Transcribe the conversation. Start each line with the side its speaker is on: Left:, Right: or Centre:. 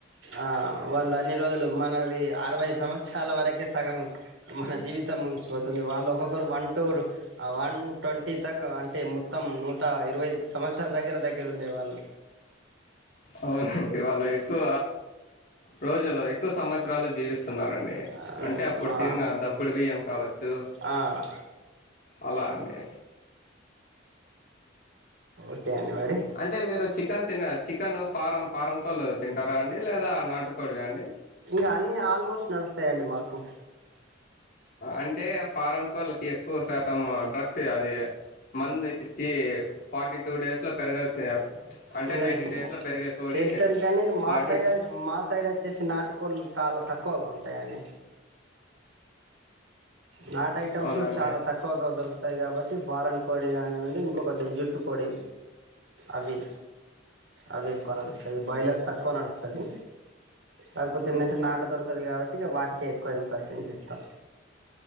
Right: ఆ వాళ్ళు అన్ని రోజులు మనది అరవై సంవత్సరాల వరకే సగం మన జీవి ట ముగిపోతుంది వాళ్ళు ఒక్కొక్కరు వన్ టూరు ఆ వన్ టొంటీ తాకు అంటే మొత్తం నూట ఇరవై సంవత్సరాల దగ్గర దగ్గర ఉండేవాళ్ళు
Left: అవునండి వాళ్ళు ఎక్కువ రోజులో ఎక్కువ సంవత్సరాలు జీవిస్తున్నారండి
Right: అవునండి
Left: అంటే అప్పుడు
Right: మా
Left: తినిన్న దప్పుడు బియ్యం కావచ్చు
Right: ఆ
Left: అలా అండి
Right: ఓకే అండి మరి
Left: అంటే మీరు చికెన్ తిన చికెను ఫారం ఫారం కోళ్ళు తింటారా అండి లేదా నాటుకోడివా అండి
Right: ఇంకా అన్ని ఆల్మోస్ట్ నడుస్తాయండి మాకు
Left: అంటే ఫారం కోళ్ళకి ఎక్కువ శాతం డ్రగ్స్ అది మందు ఇచ్చి ఫార్టీ టూ డేస్ లో పెరగాల్సి అంటే
Right: ఇంకా
Left: నైన్టీ డేస్ లో పెరిగే కోడి
Right: చేస్తారు కాని మా
Left: ఫార్టీ
Right: సైడ్
Left: టూ
Right: మా సైడు వచ్చేసి నాటుకోళ్ళు చాలా తక్కువగా ఉంటాయని నాటు ఐటెమ్స్
Left: అవునా అండి
Right: చాలా తక్కువగా దొరుకు తాయి కాబట్టి ఫారెన్ కోడి కానివ్వండి ఇంకొకటి జుట్టు కోడి అవి అవి ఎక్కువ నడుస్తాయి బాయిలర్ తక్కువ నడుస్తాది కాకపోతే
Left: అవును
Right: ఏందంటే నాటు దొరకదు కాబట్టి ఇగ వాటికే ఎక్కువ ఇంపార్టెన్స్ ఇస్తా